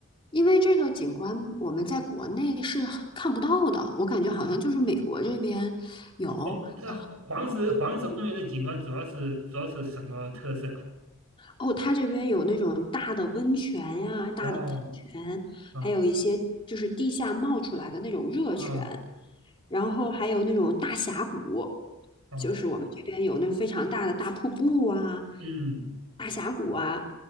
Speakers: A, on the left (about 25°); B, on the right (about 75°).
A: 因为这个景观我们在国内是看不到的，我感觉好像就是美国这边有，
B: 哎，它黄石黄石公园的景观主要是主要是什么特色啊
A: 然后哦，他这边有那种大的温泉呀、大的喷泉，
B: 哦哦
A: 还有一些就是地下冒出来的那种热泉。
B: 哦
A: 然后还有那种大峡谷，
B: 哦，
A: 就是我们这边有那非常大的大瀑布啊、
B: 嗯
A: 大峡谷啊，